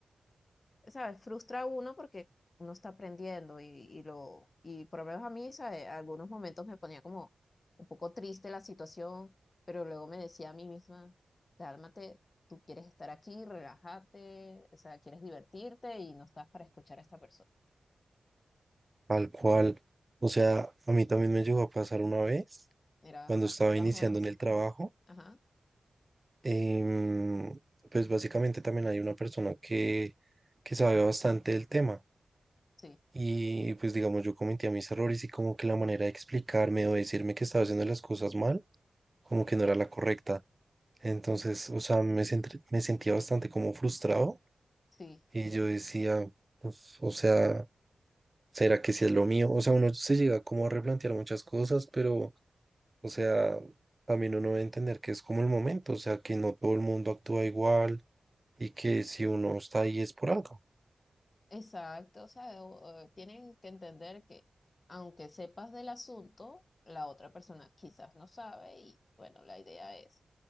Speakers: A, on the left; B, on the right.
A: ¿sabes? Frustra a uno porque uno está aprendiendo y, y lo, y por lo menos a mí, ¿sabes? Algunos momentos me ponía como un poco triste la situación, pero luego me decía a mí misma, cálmate, tú quieres estar aquí, relájate, o sea, quieres divertirte y no estás para escuchar a esta persona.
B: tal cual. O sea, a mí también me llegó a pasar una vez,
A: Era,
B: cuando
A: bueno,
B: estaba
A: era
B: iniciando
A: más o menos así.
B: en el trabajo.
A: Ajá,
B: em, pues básicamente también hay una persona que, que sabe bastante del tema.
A: sí,
B: Y pues digamos, yo cometía mis errores y como que la manera de explicarme o decirme que estaba haciendo las cosas mal, como que no era la correcta. Entonces, o sea, me, sentr- me sentía bastante como frustrado
A: sí.
B: y yo decía, pues, o sea... ¿Será que si es lo mío? O sea, uno se llega como a replantear muchas cosas, pero, o sea, también uno debe entender que es como el momento, o sea, que no todo el mundo actúa igual y que si uno está ahí es por algo.
A: Exacto, o sea, o- o tienen que entender que aunque sepas del asunto, la otra persona quizás no sabe y bueno, la idea es